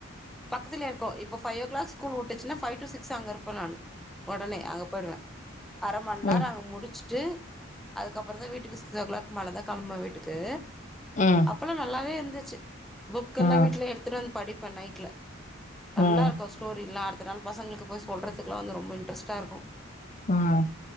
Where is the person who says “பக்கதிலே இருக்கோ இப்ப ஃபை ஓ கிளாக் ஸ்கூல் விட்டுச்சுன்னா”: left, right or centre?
Centre